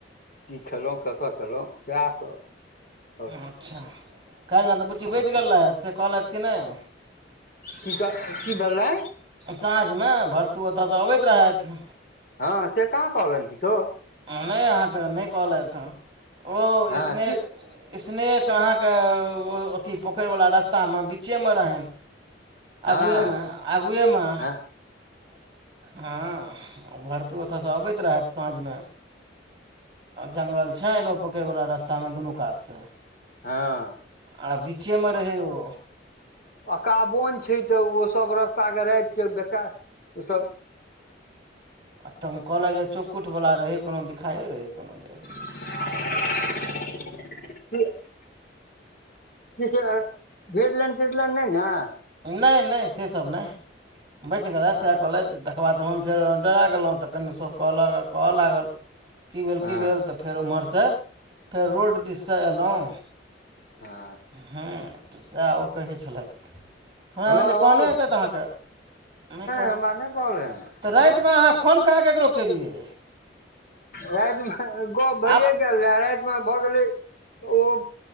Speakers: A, on the left (about 50°); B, on the right (about 25°).
A: की खेलहुँ कतऽ केलहुँ? इएह सब आओर की
B: अच्छा काल्हि ने तऽ बुच्ची
A: आओर
B: बचि
A: कोन
B: गेल रहथि से कहलथि कि नहि
A: की क की भेलाला?
B: साँझमे भरतीू ओतयसँ अबैत रहथि
A: हँ से कहाँ कहली तो
B: नहि अहाँके नहि कहलयत ओ
A: हँ
B: स्नेक
A: की
B: स्नेक अहाँके अथी पोखरिवला रस्तामे बीचेमे रहनि
A: हँ-हँ-हँ
B: आगुएमे आगुएमे हँ भरतू ओतयसँ अबैत रहथि साँझमे जंगल छैन नहि ओ पोखरि वला रस्ता मे दुनू कात से।
A: हाँ।
B: आ बीचेमे रहै ओ
A: अकाबोन छैय तऽ ओ सब रस्ता के रात के बेकार ओ सब
B: आ तऽ कहलथि जे चौकुटवला रहै कुनु बिखाइए रहै कुनु दे।
A: <unintelligible> त किछु भिड़ लेन, तिड़ लेन नहि ने।
B: नहि-नहि से सब नहि बैच गेलेथ
A: हँ
B: से कहलेथ। तकर बाद तऽ हम फेर डरा गेलहुँ तऽ कनि सब कहलक कहऽ लागल की भेल
A: हँ
B: की भेल तऽ फेर ओम्हरसँ फेर रोड दिससँ अयलहुँ।
A: हाँ।
B: हूँ सएह ओ कहै छलथि। हमरा
A: हँ
B: भेले कहने एतै त अहाँके नहि कह
A: हमरा नहि कहलनि
B: तऽ <unintelligible> रातिमे अहाँ फोन कहाँ ककरो केलियै?
A: रातिमे गप्प
B: आब
A: भइए गेल रहए रातिमे भऽ गेलै ओ